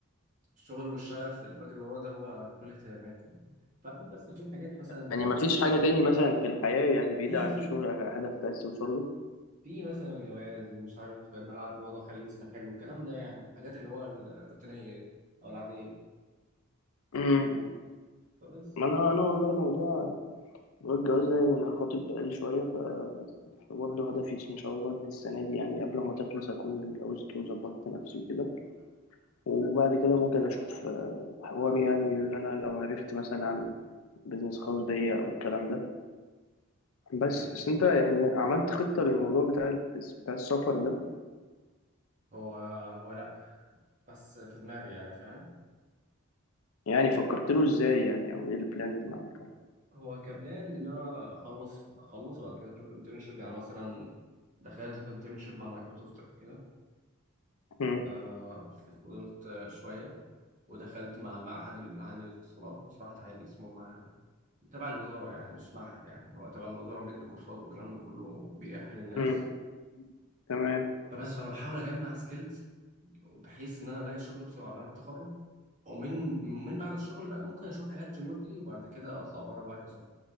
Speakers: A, on the right; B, on the left.
A: الشغل والشغف اللي بجري وراه ده هو كل اهتماماتي يعني فأكيد بس في حاجات مثلا
B: يعني
A: زي ال...
B: مفيش حاجة تاني مثلا في الحياة يعني بعيدة
A: في
B: عن
A: في
B: الشغل هدف عايز توصل له
A: في مثلا الجواز مش عارف نلعب رياضه خلي جسمي حلو الكلام ده يعني الحاجات اللي هو الروتينيه دي او العاديه
B: مم.
A: فبس
B: ما انا انا والله موضوع موضوع الجواز ده يعني انا خاطب بقالي شويه ف برضه هدفي ان شاء الله ان السنه دي يعني قبل ما تخلص اكون اتجوزت وظبطت نفسي وكده وبعد كده ممكن اشوف آه، حوار يعني اللي انا لو عرفت مثلا اعمل بيزنس خاص بيا او الكلام ده بس
A: ايوه
B: بس انت يعني عملت خطه للموضوع بتاع بتاع السفر ده
A: هو هو لا بس في دماغي يعني فاهم
B: يعني فكرت له ازاي يعني او ايه البلان اللي عملته
A: هو كبلان ان انا اخلص اخلص وبعد كده اشوف انترنشيب يعني مثلا دخلت في انترنشيب مع مايكروسوفت قبل كده
B: مم.
A: آه فضلت آه، شويه ودخلت مع المعهد العالي للاتصالات مش معهد عالي اسمه معهد تبع الوزاره يعني مش معهد يعني هو تبع الوزاره بيدي كورسات والكلام ده كله وبيأهل الناس
B: مم. تمام
A: فبس انا بحاول اجمع سكيلز بحيث ان انا الاقي شغل بسرعه بعد التخرج ومن من بعد الشغل بقى ممكن اشوف حاجات ريموتلي وبعد كده اطلع بره بقى كسوفت